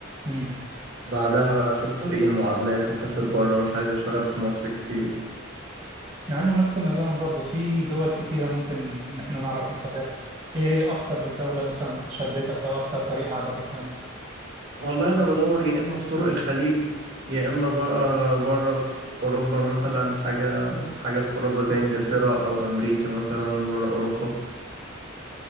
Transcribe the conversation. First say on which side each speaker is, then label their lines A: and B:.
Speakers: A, on the right; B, on the right.
A: مم.
B: بعدها بقى اشوف طريق المعادلات واسافر بره مش عايز اشتغل في مصر كتير
A: يعني نفس النظام برضو في دول كتيرة ممكن إن إحنا نعرف نسافرها إيه أكتر دولة مثلا شدتك أو أكتر طريق عجبك يعني؟
B: والله انا بدور يا اما في طرق الخليج يا اما بقى بره في اوروبا مثلا حاجه حاجه في اوروبا زي انجلترا او امريكا مثلا بره اوروبا